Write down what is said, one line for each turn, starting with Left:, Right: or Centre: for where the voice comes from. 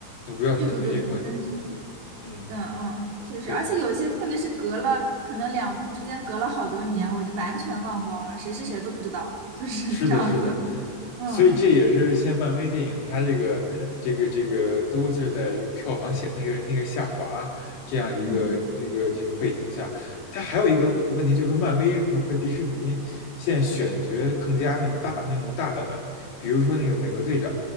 Left: 我不知道您同意这个观，
Right: 记不住这真记不住。
Left: 嗯，
Right: 对，嗯，确实，
Left: 对。
Right: 而且有些，特别是隔了可能两部之间隔了好多年，我就完全忘光了，谁是谁都不知道了就是这样子。
Left: 是的，是的，
Right: 嗯
Left: 所以这也是现在漫威电影它这个这个这个都是在这个票房下那个那个下滑这样一个那个这个背景下，
Right: 嗯
Left: 它还有一个问题就是说漫威和和迪士尼现在选角更加那种大那种大胆，比如说那个美国队长